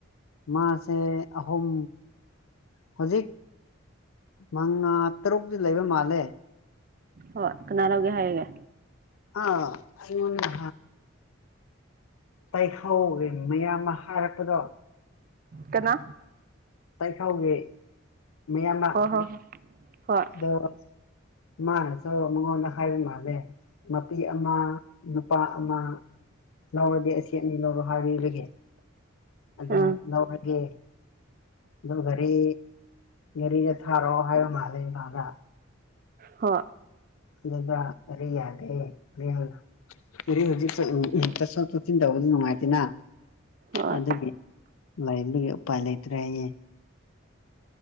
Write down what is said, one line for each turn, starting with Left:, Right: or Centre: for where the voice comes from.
Left: ꯃꯥ ꯁꯦ ꯑꯍꯣꯝ ꯍꯧꯖꯤꯛ ꯃꯉꯥ ꯇꯔꯨꯛꯇꯤ ꯂꯩꯕ ꯃꯥꯜꯂꯦ
Right: ꯍꯣꯏ ꯀꯅꯥꯂꯧꯒꯦ ꯍꯥꯏꯔꯒꯦ
Left: ꯑ ꯑꯩꯉ ꯇꯥꯏꯍꯧ ꯃꯌꯥꯝ ꯑꯃ ꯍꯥꯏꯔꯛꯄꯗꯣ
Right: ꯀꯅꯥ?
Left: ꯇꯥꯏꯈꯥꯎꯒꯤ ꯃꯌꯥꯝ ꯑꯃ
Right: ꯍꯣꯏ ꯍꯣꯏ ꯍꯣꯏ ꯍꯣꯏ
Left: ꯑꯗꯣ <inaudible> ꯃꯥꯅꯦ ꯁ ꯃꯉꯣꯟꯗ ꯍꯥꯏꯕ ꯃꯥꯜꯂꯦ ꯃꯄꯤ ꯑꯃ ꯅꯨꯄꯥ ꯑꯃ ꯂꯧꯔꯗꯤꯦ ꯑꯁꯤꯦ ꯑꯅꯤ ꯂꯧꯔꯣ ꯍꯥꯏꯔꯤꯔꯒꯦ ꯑꯗꯣ
Right: ꯎꯝ
Left: ꯂꯧꯔꯒꯦ ꯑꯗꯨꯗ ꯔꯤ ꯔꯤ ꯆ ꯊꯥꯔꯣꯑꯣ ꯍꯥꯏ ꯃꯥꯗ ꯑꯗ
Right: ꯍ
Left: ꯑꯗꯨꯒ ꯑꯔꯤ ꯌꯥꯗꯦ ꯌꯥ ꯍꯧꯖꯤꯛ ꯆ ꯁ ꯅꯨꯡꯉꯥꯏꯇꯦꯅ
Right: ꯍꯣꯏ
Left: ꯑꯗꯨꯒꯤ ꯂꯩꯔꯝꯕꯒꯤ ꯎꯄꯥꯏ ꯂꯩꯇ꯭ꯔꯦ ꯑꯩꯌꯦꯦ